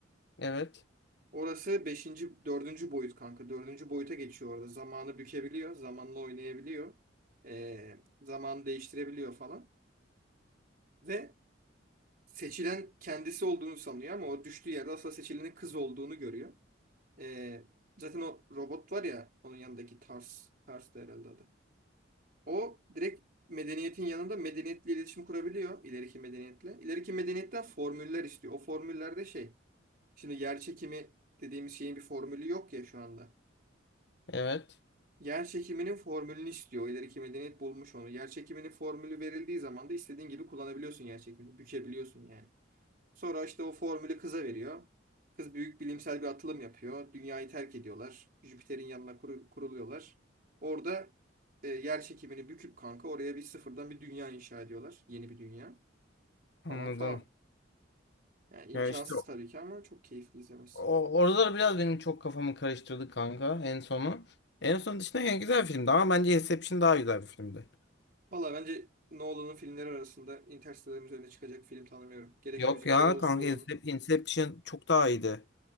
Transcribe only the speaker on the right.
Orası beşinci dördüncü boyut kanka. dördüncü boyuta geçiyor orada. Zamanı bükebiliyor. Zamanla oynayabiliyor. Ee, zamanı değiştirebiliyor falan. Ve seçilen kendisi olduğunu sanıyor ama o düştüğü yerde asla seçilenin kız olduğunu görüyor. Ee, zaten o robot var ya onun yanındaki Tars. Tars da herhalde adı. O direkt medeniyetin yanında medeniyetle iletişim kurabiliyor. ileriki medeniyetle. İleriki medeniyetten formüller istiyor. O formüllerde şey. Şimdi yer çekimi dediğimiz şeyin bir formülü yok ya şu anda.
Yer çekiminin formülünü istiyor. O ileriki medeniyet bulmuş onu. Yer çekiminin formülü verildiği zaman da istediğin gibi kullanabiliyorsun yer çekimini. Bükebiliyorsun yani. Sonra işte o formülü kıza veriyor. Kız büyük bilimsel bir atılım yapıyor. Dünyayı terk ediyorlar. Jüpiter'in yanına kuru- kuruluyorlar. Orada e, yer çekimini büküp kanka oraya bir sıfırdan bir dünya inşa ediyorlar. Yeni bir dünya
falan falan. Yani imkansız
tabii ki ama çok keyifli izlemesi.
Valla bence Nolan'ın filmleri arasında Interstellar'ın üzerine çıkacak film tanımıyorum. Gerek
müzikleri
olsun.